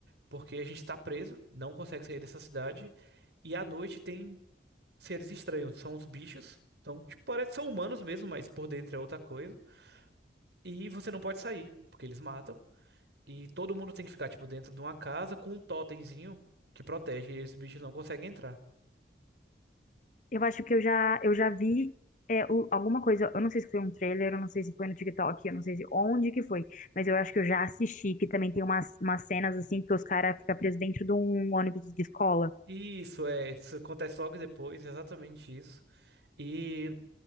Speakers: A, on the right; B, on the left.
A: porque a gente tá preso, não consegue sair dessa cidade, e à noite tem seres estranhos, são os bichos. Então, tipo, parece- são humanos mesmo, mas por dentro é outra coisa, e você não pode sair, porque eles matam. E todo mundo tem que ficar, tipo, dentro de uma casa com um totemzinho que protege, e esses bichos não conseguem entrar.
B: Eu acho que eu já, eu já vi é, o- alguma coisa, eu não sei se foi um trailer, eu não sei se foi no TikTok, eu não sei se onde que foi, mas eu acho que eu já assisti, que também tem umas, umas cenas assim que os caras ficam presos dentro de um ônibus de escola.
A: E isso é, isso acontece logo depois, exatamente isso. E